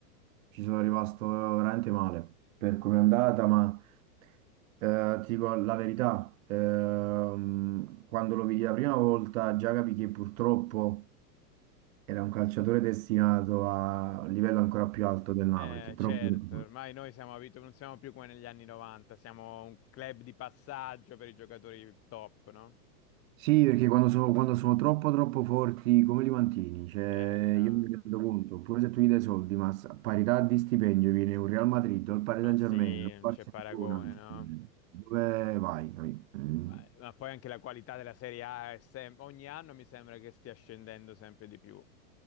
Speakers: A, on the right; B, on the left.
A: Ci sono rimasto veramente male per come è andata, ma eh, ti dico la verità, ehm, quando lo vidi la prima volta già capì che purtroppo era un calciatore destinato a un livello ancora più alto del Napoli,
B: Eh,
A: che è troppo...
B: certo,
A: troppo forte.
B: ormai noi siamo abituati, non siamo più come negli anni 90, siamo un club di passaggio per i giocatori top, no?
A: Sì, perché quando sono, quando sono troppo troppo forti, come li mantieni? Cioè,
B: Eh, no,
A: io mi rendo conto, pure se tu gli dai soldi, ma a parità di stipendio viene un Real Madrid, o il Paris
B: ma
A: Saint-Germain,
B: sì,
A: o il
B: non
A: Barcellona,
B: c'è paragone, no?
A: cioè, dove vai? capì? Mm.
B: Ma, ma poi anche la qualità della Serie A è sem- ogni anno mi sembra che stia scendendo sempre di più.